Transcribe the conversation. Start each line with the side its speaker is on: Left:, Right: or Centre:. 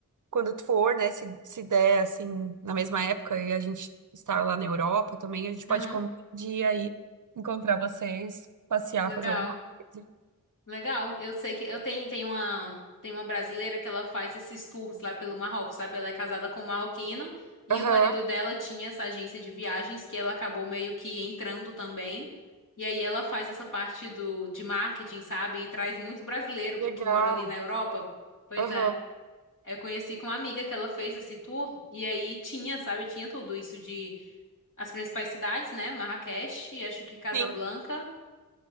Right: quando tu for, né, se, se der, assim, na mesma época e a gente estar lá na Europa também, a gente pode
Left: aham.
Right: com- de ir aí encontrar vocês, passear,
Left: Legal,
Right: fazer alguma coisa.
Left: legal. Eu sei que eu tenho, tenho uma, tem uma brasileira que ela faz esses tours lá pelo Marrocos, sabe? Ela é casada com um marroquino e
Right: Aham,
Left: o marido dela tinha essa agência de viagens que ela acabou meio que entrando também. E aí ela faz essa parte do de marketing, sabe? E traz muito brasileiro
Right: legal.
Left: que mora ali na Europa. Pois
Right: Aham.
Left: é. Eu conheci com uma amiga que ela fez esse tour e aí tinha, sabe, tinha tudo isso de as principais cidades, né? Marrakech, acho que Casablanca,
Right: Sim.